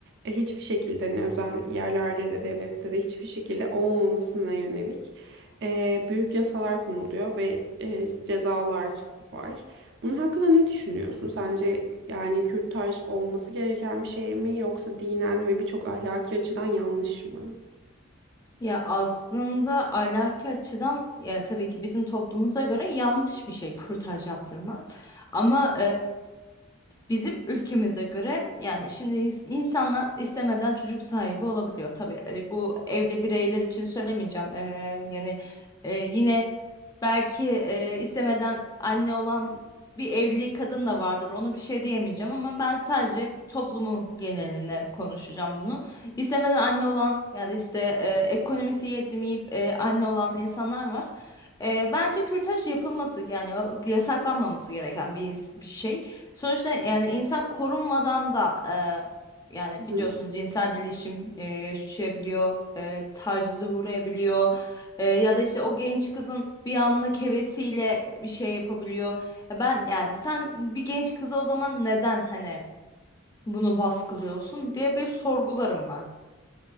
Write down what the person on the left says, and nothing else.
Ya aslında ahlaki açıdan ya tabii ki bizim toplumumuza göre yanlış bir şey kürtaj yaptırmak. Ama Bizim ülkemize göre yani şimdi ins- insanlar istemeden çocuk sahibi olabiliyor. Tabii e, bu evli bireyler için söylemeyeceğim. Ee, yani e, yine belki e, istemeden anne olan bir evli kadın da vardır. Onu bir şey diyemeyeceğim ama ben sadece toplumun geneline konuşacağım bunu. İstemeden anne olan yani işte e, ekonomisi yetmeyip e, anne olan insanlar var. E, bence kürtaj yapılması yani o- yasaklanmaması gereken bir, ins- bir şey. Sonuçta yani insan korunmadan da e, yani
biliyorsun cinsel birleşim e, yaşayabiliyor, e, tacize uğrayabiliyor E, ya da işte o genç kızın bir anlık hevesiyle bir şey yapabiliyor. E, Ben yani sen bir genç kıza o zaman neden hani bunu baskılıyorsun diye bir sorgularım ben.